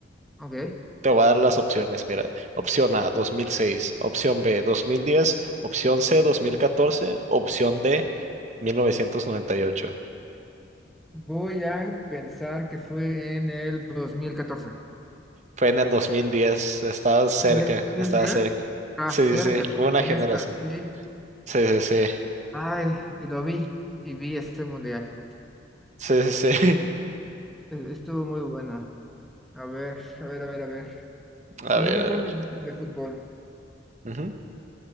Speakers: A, in the centre; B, on the right.
A: ok.
B: Te voy a dar las opciones. Mira, opción A, dos mil seis opción B, dos mil diez opción C, dos mil catorce opción D, mil novecientos noventa y ocho
A: Voy a pensar que fue en el 2014.
B: Fue en el dos mil diez estabas cerca,
A: En el dos mil
B: estabas
A: diez.
B: cerca.
A: estaba
B: Sí,
A: cerca
B: sí, sí,
A: con
B: fue
A: Iniesta,
B: una generación.
A: sí.
B: Sí, sí, sí,
A: Ay, y lo vi, y vi este mundial.
B: sí, sí, sí. <laughs>
A: E- Estuvo muy bueno. A ver, a ver, a ver, a ver. Siguiendo
B: A ver, a
A: con
B: ver.
A: preguntas de fútbol,
B: Ujú.